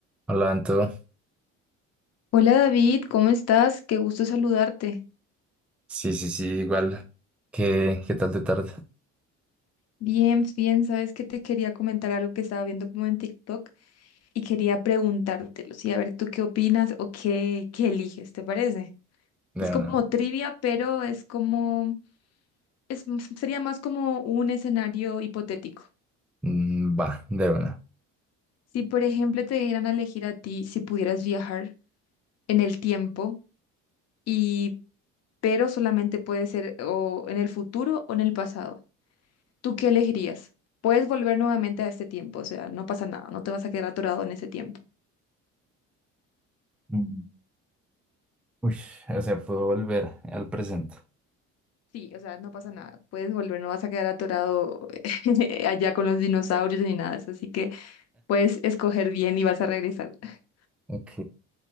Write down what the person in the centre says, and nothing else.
Hola, Anto.
Sí, sí, sí, igual. ¿Qué, qué tal te tarde?
De
una.
Mm, Va, de una.
Mm, Uy, o sea, puedo volver al presente.
Ok.